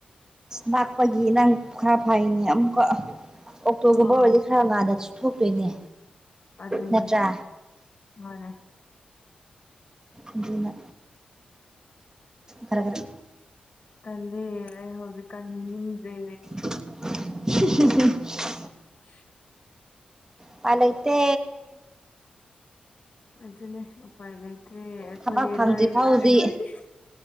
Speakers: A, on the right; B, on the left.
A: ꯅꯥꯛꯄꯒꯤ ꯅꯪ ꯈꯔ ꯐꯩꯅꯦ ꯑꯃꯨꯛꯀ ꯑꯣꯛꯇꯣꯒꯨꯝꯕ
B: ꯑꯥ
A: ꯑꯣꯏꯗꯤ ꯈ ꯉꯥꯟꯅꯁꯨ ꯊꯣꯛꯇꯣꯏꯅꯦ
B: ꯑꯗꯨꯅꯦ
A: ꯅꯠꯇ꯭ꯔꯥ
B: ꯃꯥꯅꯦ
A: ꯑꯗꯨꯅ ꯈꯔ ꯈꯔ
B: ꯇꯜꯂꯦ ꯑꯩ ꯍꯧꯖꯤꯛꯀꯥꯟ ꯍꯤꯡꯅꯤꯡꯗ꯭ꯔꯦ
A: <unintelligible>
B: <inaudible>
A: ꯎꯄꯥꯏ ꯂꯩꯇꯦ
B: ꯑꯗꯨꯅꯦ ꯎꯄꯥꯏ ꯂꯩꯇ꯭ꯔꯦ ꯑꯩꯈꯣꯏ
A: ꯊꯕꯛ ꯐꯪꯗ꯭ꯔꯤ
B: ꯂꯥꯏꯔꯕ
A: ꯐꯥꯎꯗꯤ
B: ꯑꯩꯈꯣꯏꯗꯤ